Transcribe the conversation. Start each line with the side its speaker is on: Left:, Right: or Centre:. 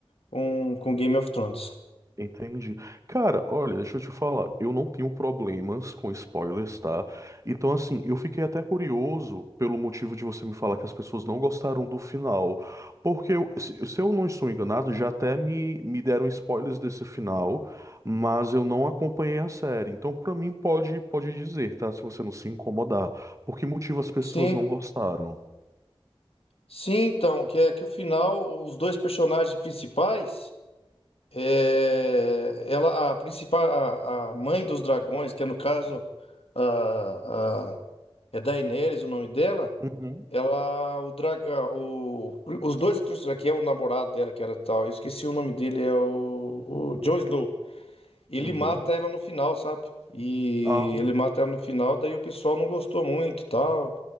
Left: com, com Game of Thrones.
Right: Entendi. Cara, olha, deixa eu te falar, eu não tenho problemas com spoilers, tá? Então, assim, eu fiquei até curioso pelo motivo de você me falar que as pessoas não gostaram do final. Porque, eu- se se eu não estou enganado, já até me, me deram spoilers desse final, mas eu não acompanhei a série. Então, pra mim, pode, pode dizer, tá? Se você não se incomodar. Por que motivo as pessoas
Left: Sim,
Right: não gostaram?
Left: sim, então, que é que o final, os dois personagens principais. É, ela, a principal, a, a mãe dos dragões, que é no caso a, a, é Daenerys o nome dela,
Right: Uhum,
Left: ela, o, dra, a- o, os dois atores, que é o namorado dela, que era tal, eu esqueci o nome dele, é o, o Jon Snow. Ele
Right: uhum.
Left: mata ela no final, sabe? E
Right: Ah,
Left: ele mata ela no final, daí o pessoal não gostou muito, e tal.